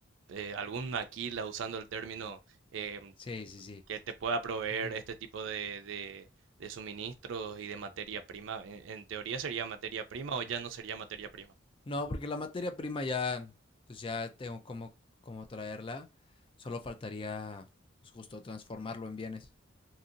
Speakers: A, on the right; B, on the left.
A: eh, algún maquila usando el término. eh,
B: sí, sí, sí.
A: que te pueda proveer
B: Ajá.
A: este tipo de, de- de suministros y de materia prima. En, en teoría sería materia prima o ya no sería materia prima.
B: No, porque la materia prima ya, pues ya tengo cómo, cómo traerla, solo faltaría pues, justo transformarlo en bienes.